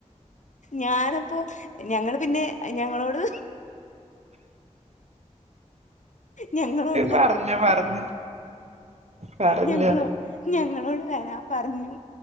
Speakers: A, on the left; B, on the right.
A: ഞാനപ്പോ ഞങ്ങള് പിന്നെ ഞങ്ങളോട് ഞങ്ങളോട്
B: പറഞ്ഞോ പറഞ്ഞോ പറഞ്ഞോ
A: ഞങ്ങളോ ഞങ്ങളോട് വരാൻ പറഞ്ഞു